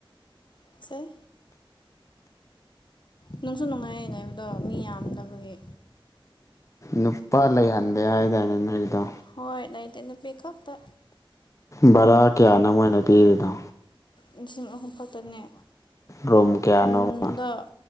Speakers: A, on the left; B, on the left.
A: ꯐꯖꯩ ꯅꯨꯡꯁꯨ ꯅꯨꯡꯉꯥꯏ ꯂꯩꯕꯗꯣ ꯃꯤ ꯌꯥꯝꯗꯕꯒꯤ
B: ꯅꯨꯄꯥ ꯂꯩꯍꯟꯗꯦ ꯍꯥꯏꯗꯥꯏꯅꯦ ꯅꯣꯏꯒꯤꯗꯣ
A: ꯍꯣꯏ ꯂꯩꯇꯦ ꯅꯨꯄꯤ ꯈꯛꯇ
B: ꯚꯔꯥ ꯀꯌꯥꯅꯣ ꯃꯅ ꯄꯤꯔꯤꯅꯣ
A: ꯂꯤꯁꯤꯡ ꯑꯍꯨꯝ ꯈꯛꯇꯅꯦ
B: ꯔꯨꯝ ꯀꯌꯥꯅꯣꯕ
A: ꯔꯨꯝꯗ